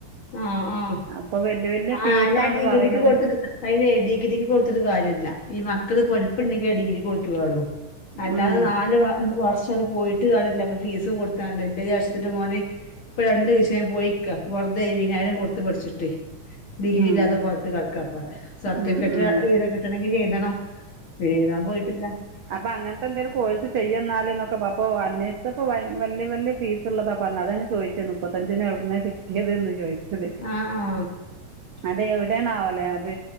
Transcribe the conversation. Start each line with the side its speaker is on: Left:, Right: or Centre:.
Left: ആഹ് ആഹ്
Right: അപ്പം വലിയ വലിയ ഫീസാണ്
Left: ആ അല്ലാ ഡിഗ്രിക്ക്
Right: പറയണത്
Left: കൊടുത്തിട്ട് അയിന് ഡിഗ്രിക്ക് കൊടുത്തിട്ട്കാര്യമില്ല ഈ മക്കള് പഠിപ്പുണ്ടെങ്കിൽ ഡിഗ്രി കൊടുത്തട്ടെ കാര്യമുള്ളു അല്ലാതെ
Right: ഉം
Left: നാല് വർഷ പോയി ട്ട് ഫീസും കൊടുത്താണ്ട് എന്റെ ജേഷ്ഠത്തിന്റെ മോന് ഇപ്പൊ രണ്ട് വിഷയം പോയിക്ക ഏഴുവതിനായിരം കൊടുത്ത് പഠിച്ചിട്ട് ഡിഗ്രി
Right: ഉം
Left: ഇല്ലാത്തെകോലത്തില് കടക്കപ്പാടെ സർട്ടിഫിക്കറ്റ്
Right: ഉം ഉം
Left: കിട്ടണമെങ്കി എഴുതണം പിന്നെ ഏതാൻ പോയിട്ടില്ല
Right: അപ്പ അങ്ങനത്തെ ന്തെലും കോഴ്സ് ചെയ്യ എന്നാല്എന്നൊക്കെ അപ്പോ അന്വേഷിച്ചപ്പോ വല്യയ വല്യയ ഫീസ് ഉള്ളതാ പറഞ്ഞത് അതാ ഞാൻചോദിച്ചത് മുപ്പത്തഞ്ചിന് എവിടുന്ന <unintelligible> ചോദിച്ചത്
Left: ആഹ് ആഹ്
Right: അതെ എവിടെയാണ് ആവല്ലെ അത്